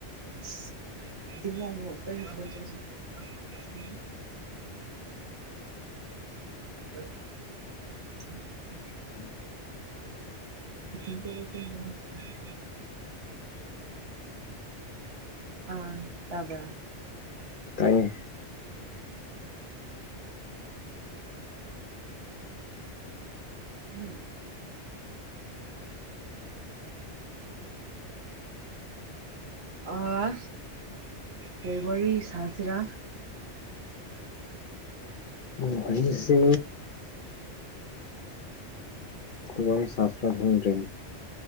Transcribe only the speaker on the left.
<inaudible>
ꯇꯥꯏꯌꯦ <inaudible>
ꯑꯣ ꯋꯥꯔꯤꯁꯦ ꯈꯣꯋꯥꯔꯤ ꯁꯥꯁꯤꯔꯥ ꯈꯪꯗ꯭ꯔꯦꯅꯦ